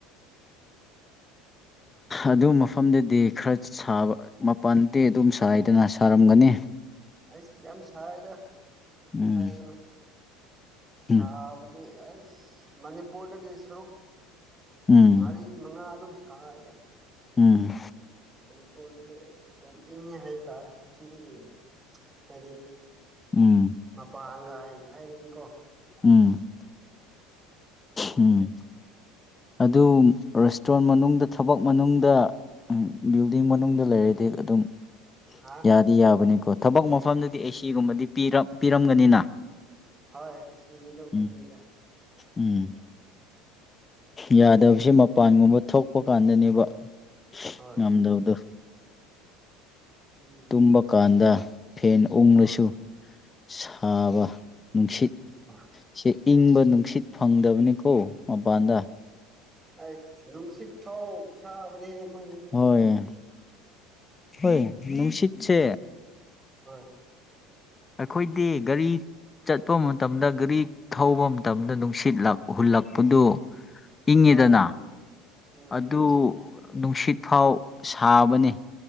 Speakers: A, on the left; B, on the right.
A: ꯑꯗꯨ ꯃꯐꯝꯗꯗꯤ ꯈꯔ ꯁꯥꯕ ꯃꯄꯥꯟꯗꯤ ꯑꯗꯨꯝ ꯁꯥꯏꯗꯅ ꯁꯥꯔꯝꯒꯅꯤ
B: ꯑꯩꯁ ꯌꯥꯝ ꯁꯥꯏꯗ
A: ꯎꯝ
B: ꯍꯥꯏꯒꯅꯣ
A: ꯎꯝ
B: ꯁꯥꯕꯒꯤ ꯑꯁ ꯃꯅꯤꯄꯨꯔꯗꯒꯤ ꯁꯔꯨꯛ
A: ꯎꯝ
B: ꯃꯔꯤ ꯃꯉꯥ ꯑꯗꯨꯝ ꯁꯅꯦ
A: ꯎꯝ
B: ꯃꯅꯤꯄꯨꯔ ꯅꯗꯤ ꯌꯥꯝ ꯏꯟꯅꯌꯥ ꯍꯥꯏꯕ ꯇꯔꯛ ꯁꯤꯤꯗꯒꯤ ꯍꯥꯏꯗꯤ
A: ꯎꯝ ꯎꯝ
B: ꯃꯄꯥꯟꯒ ꯍꯥꯏꯔꯗꯤꯀꯣ
A: ꯎꯝ ꯎꯝ ꯑꯗꯨ ꯔꯦꯁꯇꯨꯔꯦꯟ ꯃꯅꯨꯡꯗ ꯊꯕꯛ ꯃꯅꯨꯡꯗ ꯎꯝ ꯕꯤꯜꯗꯤꯡ ꯃꯅꯨꯡꯗ ꯂꯩꯔꯗꯤ ꯑꯗꯨꯝ
B: ꯍꯥ
A: ꯌꯥꯗꯤ ꯌꯥꯕꯅꯤꯀꯣ ꯊꯕꯛ ꯃꯐꯝꯗꯗꯤ ꯑꯦꯁꯤꯒꯨꯝꯕꯗꯤ ꯄꯤꯔꯝꯒꯅꯤꯅ
B: ꯍꯣꯏ ꯁꯤꯗꯤ ꯑꯗꯨꯝ
A: ꯎꯝ
B: ꯄꯤꯗ
A: ꯎꯝ ꯌꯥꯗꯕꯁꯤꯦ ꯃꯄꯥꯟꯒꯨꯝꯕ ꯊꯣꯛꯄ ꯀꯥꯟꯗꯅꯦꯕ <inaudible>
B: ꯍꯣꯏ
A: ꯉꯝꯗꯗ
B: ꯍꯣꯏ ꯎꯝ
A: ꯇꯨꯝꯕ ꯀꯥꯟꯗ ꯐꯦꯟ ꯎꯡꯂꯁꯨ
B: ꯍꯣꯏ
A: ꯁꯕ ꯅꯨꯡꯁꯤꯠ
B: ꯍꯣꯏ
A: ꯆꯦ ꯏꯪꯕ ꯅꯨꯡꯁꯤꯠ ꯐꯪꯗꯕꯅꯤꯀꯣ ꯃꯄꯥꯟꯗ
B: ꯑꯩꯁ ꯅꯨꯡꯁꯤꯠ ꯐꯥꯎ ꯁꯥꯕꯅꯦꯍ ꯃꯣꯏꯒꯤꯗꯤ
A: ꯍꯣꯏ ꯍꯣꯏ ꯅꯨꯡꯁꯤꯠꯁꯦ
B: ꯍꯣꯏ
A: ꯑꯩꯈꯣꯏꯗꯤ ꯒꯥꯔꯤ ꯆꯠꯄ ꯃꯇꯝꯗ ꯒꯥꯔꯤ ꯊꯧꯕ ꯃꯇꯝꯗ ꯅꯨꯡꯁꯤꯠꯂ ꯍꯨꯜꯂꯛꯄ ꯑꯗꯨꯗꯨ ꯏꯪꯉꯤꯗꯅ
B: ꯍꯣꯏ ꯎꯝ
A: ꯑꯗꯨ ꯅꯨꯡꯁꯤꯠ
B: ꯎꯝ
A: ꯐꯥꯎ ꯁꯥꯕꯅꯤ